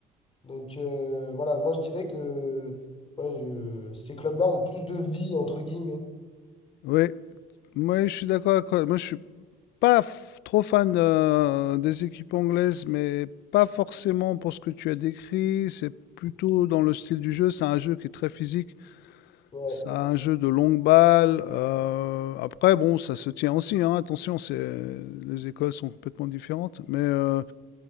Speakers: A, on the left (about 35°); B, on the left (about 80°).
A: Donc euh, voilà, moi je dirais que ouais, euh, ces clubs-là ont plus de vie, entre guillemets.
B: Oui, moi, je suis d'accord avec toi. Moi, je suis pas f- trop fan euh, des équipes anglaises, mais pas forcément pour ce que tu as décrit. C'est plutôt dans le style du jeu. C'est un jeu qui est très physique.
A: Ouais.
B: C'est un jeu de longue balle. euh, après, bon, ça se tient aussi, hein. Attention, c'est les écoles sont complètement différentes, mais euh,